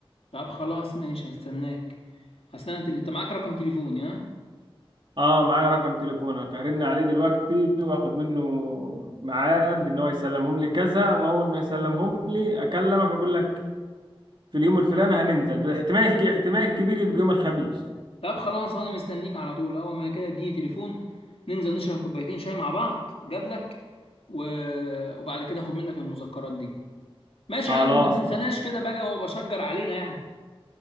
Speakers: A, on the left; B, on the right.
A: طب خلاص ماشي هستناك اصل انا تل- انت معاك رقم تليفوني ها
B: اه معايا رقم تليفونك هرن عليه دلوقتي واخد منه ميعاد ان هو يسلمهم لي كذا واول ما يسلمهم لي اكلمك اقول لك في اليوم الفلاني هننزل باحتمال ك- احتمال كبير يبقى يوم الخميس
A: طب خلاص وانا مستنيك على طول اول ما كده اديني تليفون ننزل نشرب كوبايتين شاي مع بعض جاب لك و... وبعد كده اخد منك المذكرات دي ماشي
B: خلاص
A: يا عم وما تنساناش كده بقى وبشجر علينا يعني